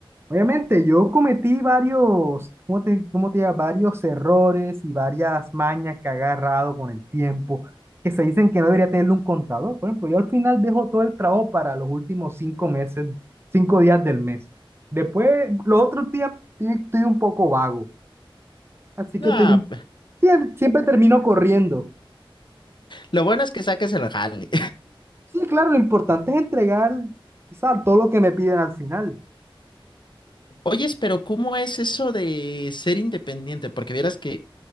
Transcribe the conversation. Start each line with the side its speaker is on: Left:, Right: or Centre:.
Right: Obviamente, yo cometí varios, ¿cómo te, cómo te diría? Varios errores y varias mañas que he agarrado con el tiempo, que se dicen que no debería tener un contador. Por ejemplo, yo al final dejo todo el trabajo para los últimos cinco meses, cinco días del mes. Después, los otros días estoy, estoy un poco vago. Así
Left: No,
Right: que te- sie- siempre termino corriendo.
Left: lo bueno es que saques el jale.
Right: Sí, claro, lo importante es entregar, quizá, todo lo que me piden al final.
Left: Oyes, pero ¿cómo es eso de ser independiente? Porque vieras que